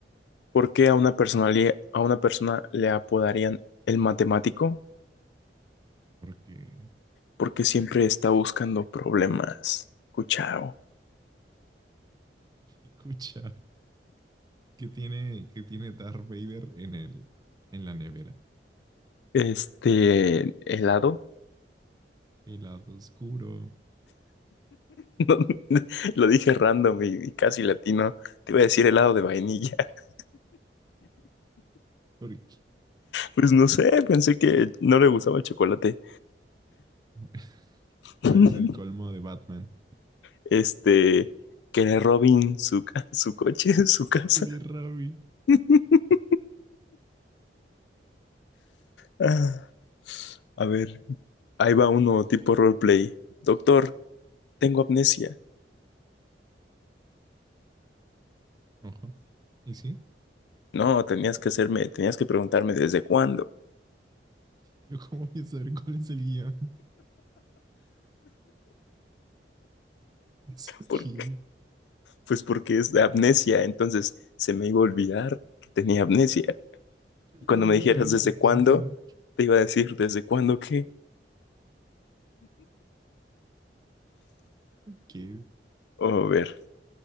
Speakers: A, on the left (about 70°); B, on the right (about 25°).
A: ¿por qué a una persona, le- a una persona le apodarían el matemático?
B: Porque,
A: Porque siempre está buscando problemas. Cuchao.
B: porque escucha, ¿qué tiene, qué tiene Darth Vader en el, en la nevera.
A: Este, helado.
B: El lado oscuro.
A: <laughs> Lo dije random y, y casi latino. Te iba a decir helado de vainilla. <laughs>
B: Porque,
A: Pues no sé, pensé que no le gustaba el chocolate.
B: <laughs> ¿cuál
A: <laughs>
B: es el colmo de Batman?
A: Este, que le robin su, ca- su coche, <laughs> su casa.
B: ¿Quién es Ravi?
A: <laughs> Ah, A ver, ahí va uno tipo roleplay. Doctor, tengo amnesia.
B: Ojo. ¿Y sí?
A: No, tenías que hacerme, tenías que preguntarme desde cuándo.
B: ¿Yo cómo voy a saber cuál es el guión? <laughs> It's okay.
A: Por- pues porque es de amnesia, entonces se me iba a olvidar que tenía amnesia.
B: ¿Yo
A: Cuando
B: cómo voy
A: me dijeras
B: a saber lo
A: desde
B: que estás
A: cuándo,
B: viendo?
A: te iba a decir desde cuándo qué.
B: ¿Qué?
A: O a ver,